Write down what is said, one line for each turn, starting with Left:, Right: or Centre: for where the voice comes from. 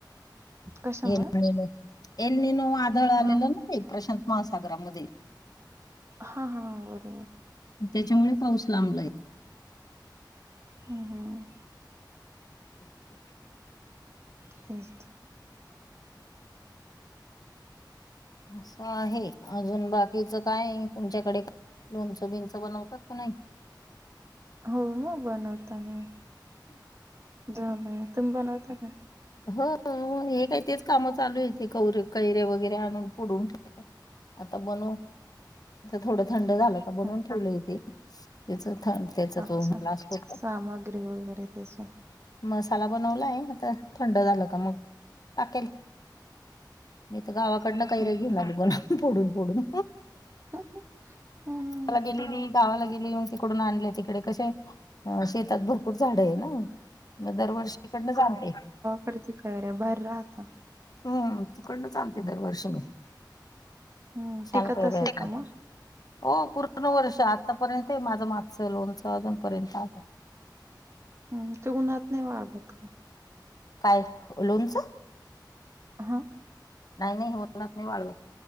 Right: कशामुळे?
Left: एल निनो - एल निनो वादळ आलेलं
Right: हां.
Left: ना ते प्रशांत महासागरामध्ये
Right: हा- हा बरोबर
Left: त्याच्यामुळे पाऊस लांबलाय
Right: ह. हा.. <inaudible>
Left: <inaudible>
Right: तेचत <unintelligible>
Left: अस आहे अजून बाकीच काय तुमच्याकडे -लोणचं बिंच बनवतात नाही.
Right: हो हो बनवताना झालं तुम्ही बनवताना
Left: हो हो हे काय तेच काम चालू आहेेते कुवरू कौरे कैरे वगैरे आणून फोडून आता बनऊ थोडं थंड झालं का बनवून
Right: हं,
Left: ठेवलंेते त्याच. हा त्याचा
Right: अच्छा.
Left: तो लास्तट फोटो
Right: सामग्री वगैरे त्याची.
Left: मसाला बनवलाय आता थंड झालं का मग टाकेल मी गावाकडन कौरौया
Right: हं,
Left: घेऊन
Right: हं.
Left: आली फोडून फोडून
Right: हं, हं. हं.
Left: त्याला गेलेली गावाला गेली मग ते तिकडून आणल्या तिकडे कशे शेतात भरपूर झाड आहे ना. मी दरवर्षीतीकडनंच आणते.
Right: बर त्या कौरय भारी राहतात.
Left: हम्म तिकडूनचांते दरवर्षी मी
Right: हं,
Left: छान
Right: टिकत
Left: प्रोग्रेस
Right: असेल
Left: आहे
Right: ना मग?
Left: हो पूर्ण वर्षा आत. आतापर्यंत माझं मागचं लोनचं अजूनपर्यंत आहे.
Right: हम् ते उन्हात नाही वाळवत का?
Left: काय लोनच
Right: ह.
Left: नाही नाही होत ऊनात नाही वाळवत.